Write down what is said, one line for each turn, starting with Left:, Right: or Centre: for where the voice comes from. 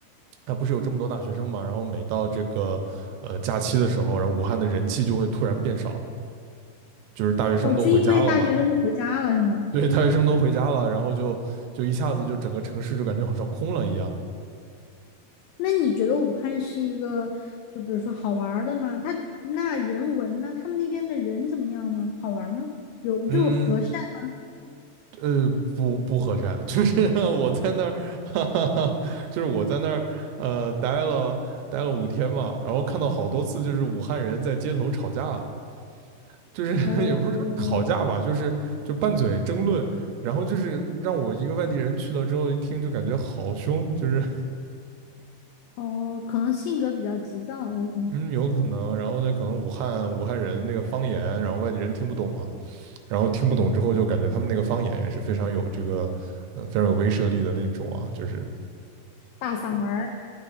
Right: 啊，不是有这么多大学生嘛，然后每到这个呃假期的时候，然后武汉的人气就会突然变少，就是大学生都回家了嘛，
Left: 哦，就因为大学生都回家了是吗？
Right: 对，大学生都回家了，然后就就一下子就整个城市就感觉好像空了一样。
Left: 那你觉得武汉是一个，就比如说好玩儿的吗？他那人文呢？他们那边的人怎么样呢？好玩儿吗？有就和善吗？
Right: 嗯，呃，不不和善，就是 <laughs> 我在那儿，<laughs> 哈哈哈，就是我在那儿，呃，待了待了五天嘛，然后看到好多次就是武汉人在街头吵架，就是 <laughs>
Left: <laughs> 哦，
Right: 也不是说吵架吧，就是就拌嘴争论，然后就是让我一个外地人去了之后一听就感觉好凶，就是
Left: 哦，可能性格比较急躁，有可能。
Right: 嗯有可能，然后呢可能武汉武汉人那个方言，然后外地人听不懂嘛，然后听不懂之后就感觉他们那个方言也是非常有这个，嗯、非常有威慑力的那种啊，就是。
Left: 大嗓门儿。